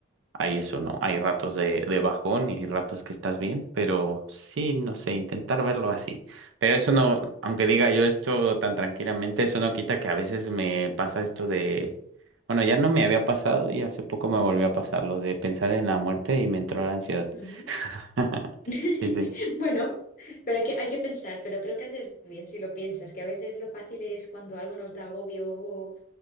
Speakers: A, on the right; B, on the left.
A: hay eso, ¿no? Hay ratos de, de bajón y hay ratos que estás bien, pero sí, no sé, intentar verlo así. Pero eso no, aunque diga yo esto tan tranquilamente, eso no quita que a veces me pasa esto de, bueno, ya no me había pasado y hace poco me volvió a pasar lo de pensar en la muerte y me entró la ansiedad.
B: Ujú.
A: <laughs>
B: <laughs>
A: Sí, sí.
B: Bueno, pero hay que, hay que pensar, pero creo que haces bien si lo piensas, que a veces lo fácil es cuando algo nos da agobio o,